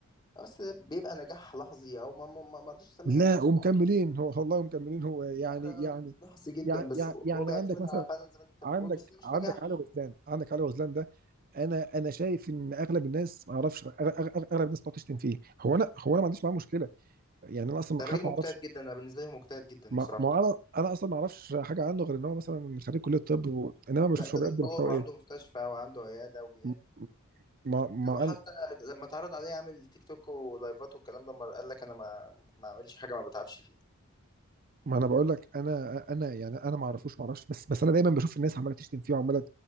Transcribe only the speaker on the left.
بس ده بيبقى نجاح لحظي او ما ما ما ما رضيتش اسميه
نجاح
لا لا
لا لحظي جدا
بس
هو
هو بيعتمد
على فعلا زي ما انت بتقول
بس ده مش
نجاح
ده
راجل مجتهد
جدا انا بالنسبه لي هو مجتهد جدا
بصراحه
لا ده
دكتور
وعنده
مستشفى وعنده عياده وبي...
ده هو حتى
لما اتعرض عليه يعمل تيك توك ولايفات والكلام ده ما قال لك انا ما ما اعملش حاجه ما بتعبش فيها